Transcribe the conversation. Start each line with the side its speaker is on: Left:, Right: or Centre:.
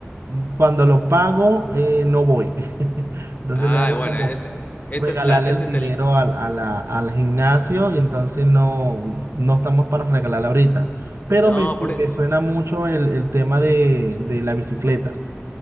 Right: mm, Cuando lo pago, eh, no voy. <laughs> Entonces
Left: ah,
Right: le hago
Left: bueno,
Right: como
Left: ese, esa
Right: regalarle
Left: es la, ese
Right: el
Left: es
Right: dinero
Left: el...
Right: al, a la- al gimnasio y entonces no, no estamos para regalarla ahorita. Pero
Left: No,
Right: me, su-
Left: por eso.
Right: me suena mucho el, el tema de, de la bicicleta.